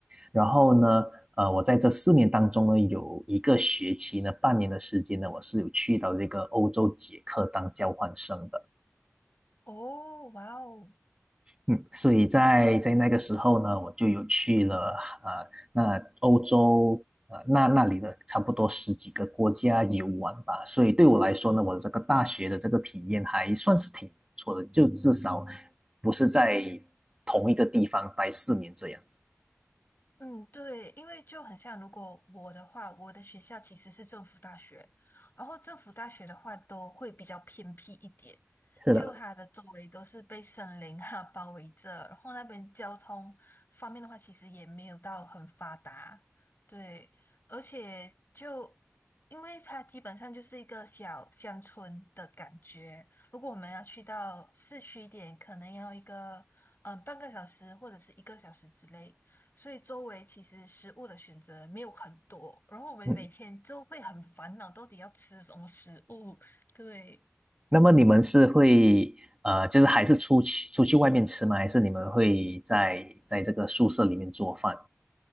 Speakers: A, on the right; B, on the left.
A: 然后呢，呃，我在这四年当中呢，有一个学期呢，半年的时间呢，我是有去到这个欧洲捷克当交换生的。
B: 哦，哇哦，
A: 嗯，所以在在那个时候呢，我就有去了呃，那欧洲呃那那里的差不多十几个国家游玩吧。所以对我来说呢，我的这个大学的这个体验还算是挺不错的，就至少不是在同一个地方待四年这样子。
B: 嗯，对，因为就很像，如果我的话，我的学校其实是政府大学，然后政府大学的话都会比较偏僻一点，
A: 是的，
B: 就它的周围都是被森林哈、<laughs> 包围着，然后那边交通方面的话，其实也没有到很发达，对，而且就因为它基本上就是一个小乡村的感觉，如果我们要去到市区一点，可能要一个嗯半个小时或者是一个小时之类。所以周围其实食物的选择没有很多，然后我们每天就会很烦恼，
A: 嗯。
B: 到底要吃什么食物？对，
A: 那么你们是会呃，就是还是出去出去外面吃吗？还是你们会在在这个宿舍里面做饭？